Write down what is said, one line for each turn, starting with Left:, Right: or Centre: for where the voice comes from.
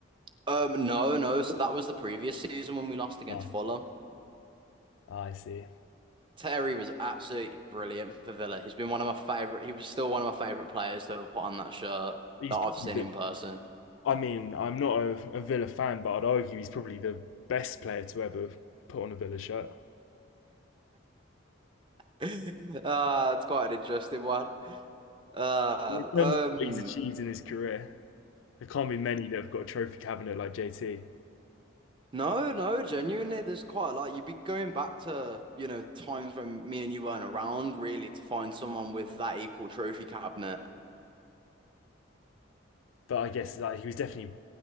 Right: um, no, no. So that was the previous season when we lost against
Left: Ah,
Right: Fulham.
Left: I see.
Right: Terry was absolutely brilliant for Villa. He's been one of my favorite. He was still one of my favorite players to ever put on that shirt
Left: He's
Right: that I've
Left: probably
Right: seen
Left: the,
Right: in person.
Left: I mean, I'm not a, a Villa fan, but I'd argue he's probably the best player to ever put on a Villa shirt.
Right: <laughs> Uh, it's quite an interesting one. Uh,
Left: In terms
Right: um,
Left: of what he's achieved in his career, there can't be many that have got a trophy cabinet like JT.
Right: no, no, genuinely, there's quite a lot. You'd be going back to, you know, times when me and you weren't around, really, to find someone with that equal trophy cabinet.
Left: But I guess like, he was definitely